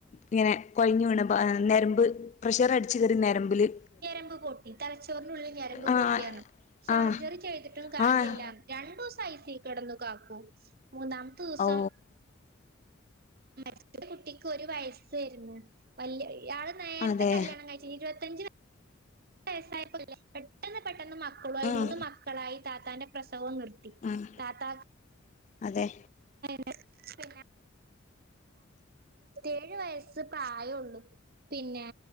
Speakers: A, on the left (about 35°); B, on the right (about 45°).
A: ഇങ്ങനെ കൊഴഞ്ഞു വീണ് പ്പൊ നെരമ്പ് പ്രഷർ അടിച്ച്കേറി നെ രമ്പില്
B: ഞരമ്പ് പൊട്ടി. തലച്ചോറിനുള്ളി ഞരമ്പ്
A: ആഹ്
B: പൊട്ടിയറഞ്ഞു സർജറി
A: ആഹ്
B: ചെയ്തിട്ടും കാര്യല്ലാന്ന്.
A: ആഹ്
B: രണ്ടൂസം ഐസ കെടന്നു കാക്കൂ മൂന്നാമത്തെ ദുസം
A: ഓ
B: മറ്റേ കുട്ടിക്ക് ഒരു വയസ്സേര്ന്നു. വല്യെ ഇയാള് നേരത്തെ
A: അതെ
B: കല്യാണം കഴിച്ചിന് ഇരുപത്തി ത്തഞ്ച് വയസ്സായാപ്പോ കല്ല്യാണം പെട്ടന്ന് പെ പെട്ടന്ന് മക്കളു ആയി
A: ഉം
B: മൂന്ന് മക്കളായി താത്താന്റെ പ്രസവോം നിർത്തി.
A: ഉം
B: താത്താക്ക്
A: അതെ.
B: എ ഏഴ് വയസ്സ് പ്രായള്ളു. പിന്നെ